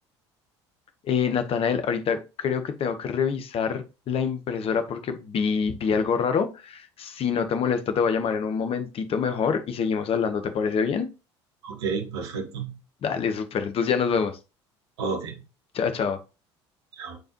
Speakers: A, on the left; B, on the right.
A: Eh, Natanael, ahorita creo que tengo que revisar la impresora porque vi, vi algo raro. Si no te molesta, te voy a llamar en un momentito mejor y seguimos hablando, ¿te parece bien?
B: ok, perfecto.
A: Dale, súper. Entonces ya nos vemos.
B: Ok.
A: Chao, chao.
B: ya.